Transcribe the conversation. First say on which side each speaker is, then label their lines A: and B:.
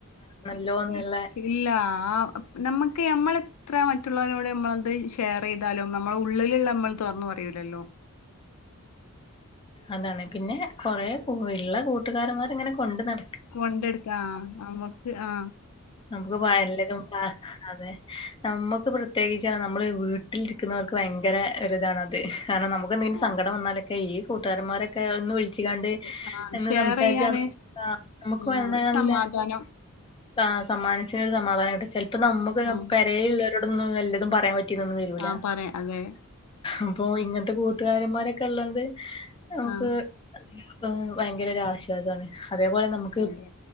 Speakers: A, on the left (about 85°); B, on the left (about 25°).
A: <unintelligible>
B: നല്ലോ എന്നുള്ള
A: നമ്മക്ക് അമ്മള് എത്ര മറ്റുള്ളവരോട് നമ്മളത് ഷേറയ്താലും നമ്മളെ ഉള്ളില്ള്ളെ നമ്മൾ തൊറന്നു പറയൂലല്ലോ
B: അതാണ് പിന്നെ കൊറേ പു ഇള്ള കൂട്ടുകാരന്മാര്ങ്ങനെ കൊണ്ട് നട
A: കൊണ്ടട്ക്കാ ആ നമ്മക്ക് ആ
B: നമ്മക്ക്പ്പൊ പലതും പ അതെ നമ്മക്ക് പ്രത്യേകിച്ച് <unintelligible> നമ്മള് വീട്ടിലിരിക്ക്ന്നവർക്ക് ഭയങ്കര ഒരു ഇതാണ് അത് കാരണം നമുക്കെന്തേ
A: ആഹ്
B: സങ്കടം വന്നാലൊക്കെ ഈ കൂട്ടുകാരന്മാരൊക്കെ ഒന്ന് വിളി ച്ച്കാണ്ട്
A: ആഹ്
B: എന്ന്
A: ഷെയർ
B: സംസാരിച്ച്
A: ചെയ്യാന്
B: സം ആ നമ്മക്ക് വര്ന്നേനല്ലെ
A: ആഹ് ഒരു സമാധാനം
B: ആ സമ്മാനം മനസ്സിനൊര് സമാധാനം കിട്ടും ചെല് ന്നിട്ട് നമ്മക്ക് <unintelligible>
A: ആഹ്
B: പെരേയില്ലൊ <unintelligible> ഒന്നും വല്ലതും പറയാൻ പറ്റ ഇതൊന്നും വരൂല
A: ആഹ് പറയാം അതെ
B: ഉം ഇപ്പോൾ ഇങ്ങനത്തെ കൂട്ടുകാരന്മാരൊക്കെ <unintelligible> നമുക്ക്
A: ആഹ്
B: പ്പം ഭയങ്കര ഒരു ആശ്വാസാണ് അതേപോലെ നമുക്ക്
A: അതെ